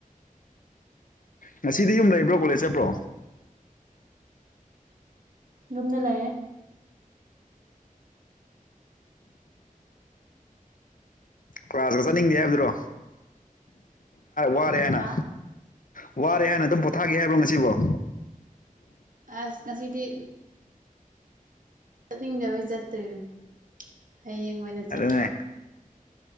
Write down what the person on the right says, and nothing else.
ꯌꯨꯝꯗ ꯂꯩꯔꯦ
ꯍꯥ
ꯑꯁ ꯉꯁꯤꯗꯤ ꯆꯠꯅꯤꯡꯗꯕꯩ ꯆꯠꯇ꯭ꯔꯤꯅꯤ ꯍꯌꯦꯡ ꯑꯣꯏꯅ
ꯆꯠꯂꯒꯦ